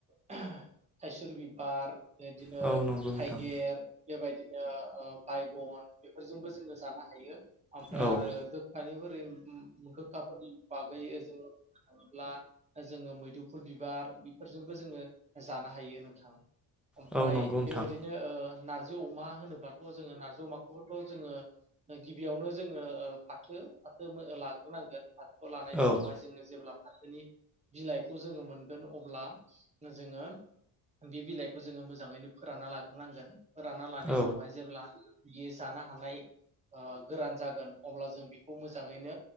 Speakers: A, on the right (about 20°); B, in the centre.
A: <unintelligible> थायसुर बिबार बेदिनो
B: औ नंगौ नोंथां
A: थाइगिर बेबायद दिनो ओ बायगन बेफोरजोंबो जोङो जानो हायो। ओमफ्राय
B: औ
A: आरो गोखानिबो <unintelligible> गोखाफोरनि बागै ओ <unintelligible> थाङोब्ला जोङो मैदुफुल बिबार बिफोरजोंबो जोङो जानो हायो नोंथां। ओमफ्राय
B: औ नंगौ नोंथां
A: बेबायदिनो ओ नारजि अमा होनोब्ला <unintelligible> जोङो नारजि अमाखौबोथ' जोङो गिबियावनो जोङो ओ फाथो फाथो मो ओ लाग्रोनांगोन। फाथोखौ लानायनि
B: औ
A: उनावहाय जोङो जेब्ला फाथोनि बिलाइखौ जोङो मोनगोन अब्ला जोङो बि बिलाइखौ जोङो मोजाङैनो फोरानना लाग्रोनांगोन। फोरानना लानाय
B: औ
A: न ब्ला बियो जानो हानाय ओ गोरान जागोन अब्ला जों बिखौ मोजाङैनो